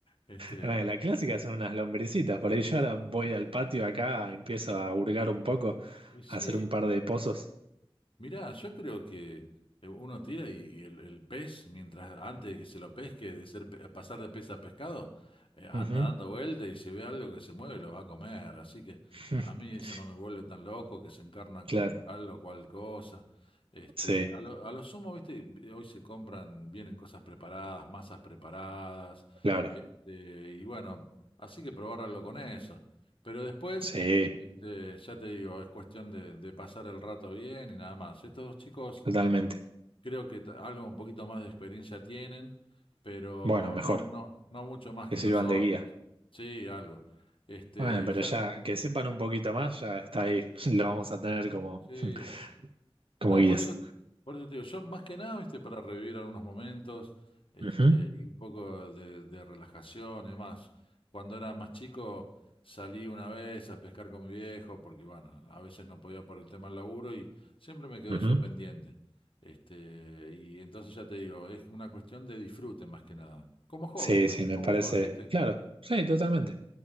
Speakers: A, on the left; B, on the right.
A: este,
B: bueno, la clásica son unas lombricitas, por ahí yo ahora voy al patio acá, empiezo a hurgar un poco,
A: y sí.
B: a hacer un par de pozos.
A: Mirá, yo creo que eh, uno tira y y el, el pez, mientras antes de que se lo pesque, de ser, pe- pasar de pez a pescado, eh, anda
B: Ujú.
A: dando vuelta y si ve algo que se mueve lo va a comer. Así que
B: <laughs>
A: a mí eso no me vuelve tan loco, que se encarna con
B: Claro,
A: tal o cual cosa. Este,
B: sí,
A: a lo, a lo sumo, viste, vi- hoy se compran, vienen cosas preparadas, masas preparadas,
B: claro,
A: este, y bueno, así que probar algo con eso. Pero después...
B: sí,
A: Este, ya te digo, es cuestión de, de pasar el rato bien y nada más. Estos dos chicos
B: totalmente.
A: creo que ta- algo un poquito más de experiencia tienen, pero
B: Bueno, mejor,
A: no, no, no mucho más
B: que
A: que
B: sirvan
A: nosotros.
B: de guía.
A: Sí, algo. Este,
B: Bueno, pero
A: y ya,
B: ya que sepan un poquito más, ya está ahí. <laughs> Lo vamos a tener como,
A: sí.
B: <laughs> como
A: No,
B: guías.
A: por eso, por eso te digo, yo más que nada, viste, para revivir algunos momentos, este,
B: Ujú,
A: y un poco de, de relajación y demás. Cuando era más chico, salí una vez a pescar con mi viejo, porque bueno, a veces no podía por el tema del laburo y siempre me quedó
B: ujú.
A: eso pendiente. Este, y entonces ya te digo, es una cuestión de disfrute más que nada. Como hobby,
B: Sí, sí, me
A: como
B: parece.
A: hobby, ¿viste?
B: Claro, sí, totalmente.